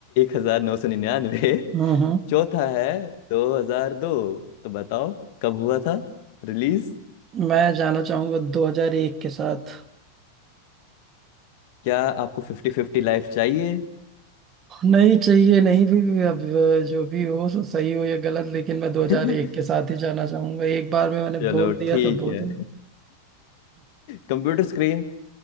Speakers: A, on the left; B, on the right.
A: 1999
B: हम्म
A: चौथा है 2002 तो बताओ कब हुआ था रिलीज
B: मैं जाना चाहूंगा 2001 के साथ
A: क्या आपको फिफ्टी फिफ्टी लाइफ चाहिए
B: नहीं चाहिए नहीं भी भी- अब जो भी हो सो सही हो या गलत लेकिन मैं 2001
A: <laughs>
B: के साथ ही जाना चाहूंगा एक बार में मैंने
A: चलो
B: बोल दिया
A: ठीक
B: तो बोल
A: है
B: दिया
A: कंप्यूटर स्क्रीन